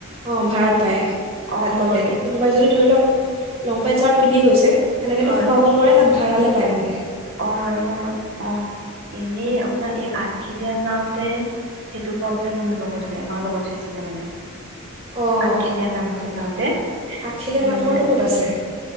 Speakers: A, on the right; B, on the right.
A: অঁ ভাড়াত পায়
B: অ
A: তাত গ'লে
B: সেই
A: কোনোবাই যদি ধৰি লওক লং পেণ্ট চাৰ্ট পিন্ধি গৈছে। এনেকেতো
B: হয়
A: সোমাব নোৱাৰে, তাত ভাড়ালে পাই মেলি।
B: অ'। মই অ'। এনেই আপোনাৰ- এই আঠখেলীয়া যাওঁতে সেইটো প্ৰব্লেম মোৰ লগত হয়, আমাৰ লগত হৈছিলে মানে।
A: অঁ
B: আঠখেলিয়া নামঘৰ যাওঁতে,
A: আঠখেলীয়া নামঘৰটো
B: মানে
A: ক'ত আছে